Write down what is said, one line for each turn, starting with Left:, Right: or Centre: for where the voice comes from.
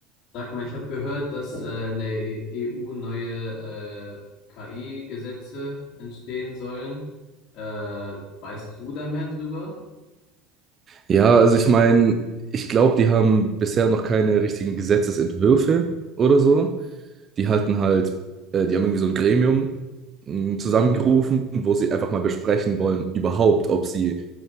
Left: Sag mal, ich habe gehört, dass äh, in der E- EU neue äh, KI-Gesetze entstehen sollen. Äh, weißt du da mehr drüber?
Right: Ja, also ich meine, ich glaube, die haben bisher noch keine richtigen Gesetzesentwürfe oder so. Die halten halt, äh, die haben irgendwie so ein Gremium mh, zusammengerufen, wo sie einfach mal besprechen wollen, überhaupt, ob sie